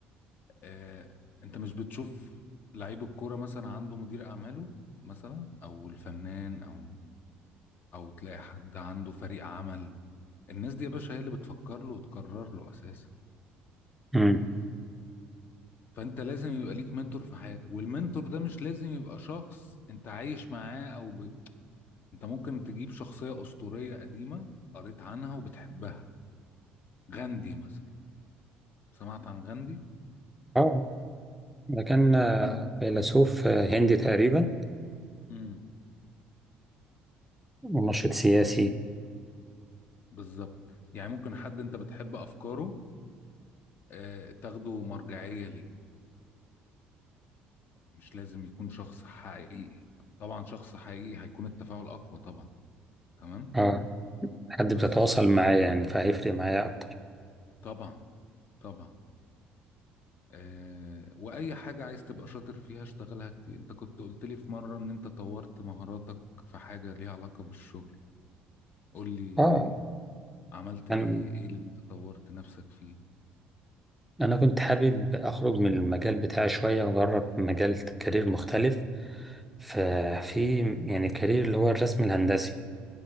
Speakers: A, on the left; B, in the centre.
A: آه، انت مش بتشوف لعيب الكوره مثلا عنده مدير اعماله مثلا او الفنان او او تلاقي حد عنده فريق عمل الناس دي يا باشا هي اللي بتفكر له وتقرر له اساسا
B: أمم.
A: فانت لازم يبقى ليك منتور في حياتك والمنتور ده مش لازم يبقى شخص انت عايش معاه او ب... انت ممكن تجيب شخصيه اسطوريه قديمه قريت عنها وبتحبها غاندي مثلا سمعت عن غاندي
B: أه ده كان آه،
A: مم.
B: فيلسوف آه، هندي تقريبا
A: امم
B: ومنشط سياسي
A: بالظبط يعني ممكن حد انت بتحب افكاره آه، تاخده مرجعية ليه مش لازم يكون شخص حقيقي طبعا شخص حقيقي هيكون التفاعل اقوى طبعا تمام
B: أه حد
A: بس
B: بتتواصل
A: آه،
B: معاه يعني فهيفرق معايا أكتر
A: طبعا طبعا أه واي حاجة عايز تبقى شاطر فيها اشتغلها كتير انت كنت قلت لي في مرة ان انت طورت مهاراتك في حاجة ليها علاقة بالشغل قول لي
B: أه
A: عملت
B: كان
A: ايه ايه اللي انت طورت نفسك فيه
B: أنا كنت حابب أخرج من المجال بتاعي شوية وأجرب مجال كارير مختلف ففي يعني كارير اللي هو الرسم الهندسي